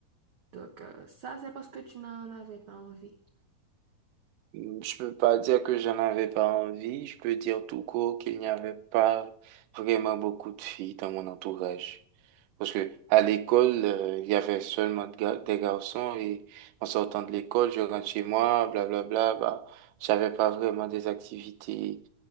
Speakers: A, on the right; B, on the right.
A: Donc, euh, ça, c'est parce que tu n'en avais pas envie.
B: je peux pas dire que j'en avais pas envie. Je peux dire tout court qu'il n'y avait pas vraiment beaucoup de filles dans mon entourage. Parce que à l'école, euh, il y avait seulement de ga- des garçons et en sortant de l'école, je rentre chez moi, blablabla, bah, j'avais pas vraiment des activités